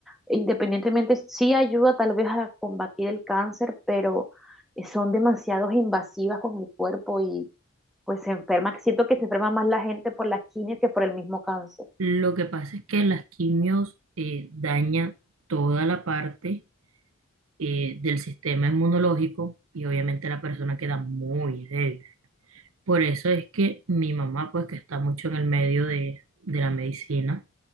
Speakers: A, in the centre; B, on the right.
A: independientemente sí ayuda tal vez a combatir el cáncer, pero eh, son demasiado invasivas con el cuerpo y pues se enferma, siento que se enferma más la gente por las quimios que por el mismo cáncer.
B: Lo que pasa es que las quimios eh, dañan toda la parte eh, del sistema inmunológico y obviamente la persona queda muy débil. Por eso es que mi mamá, pues que está mucho en el medio de, de la medicina,